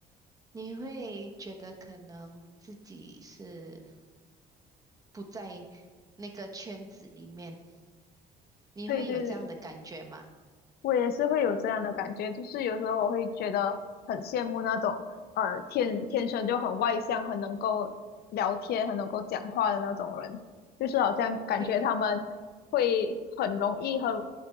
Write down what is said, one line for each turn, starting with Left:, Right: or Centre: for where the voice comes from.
Right: 你会觉得可能自己是不在那个圈子里面。你会有这样的感觉吗？
Left: 对对对。我也是会有这样的感觉，就是有时候我会觉得很羡慕那种呃天天生就很外向、很能够聊天、很能够讲话的那种人，就是好像感觉他们会很容易和
Right: 对